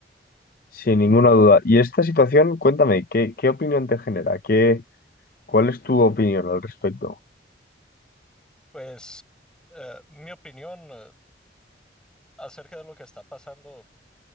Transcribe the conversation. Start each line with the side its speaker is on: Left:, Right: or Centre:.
Left: sin ninguna duda. Y esta situación, cuéntame, ¿qué, qué opinión te genera? ¿Qué, cuál es tu opinión al respecto?
Centre: Pues, eh, mi opinión. eh, acerca de lo que está pasando